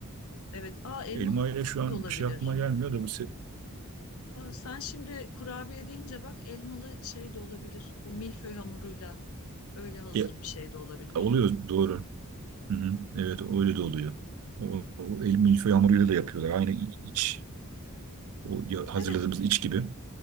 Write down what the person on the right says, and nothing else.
Elmayla şu an
bir şey aklıma gelmiyor da bu se-
e,
oluyor doğru. Hı hı, evet öyle de oluyor. O, o el milföy hamuruyla da yapıyorlar. Aynı iç O ya- hazırladığımız
iç gibi.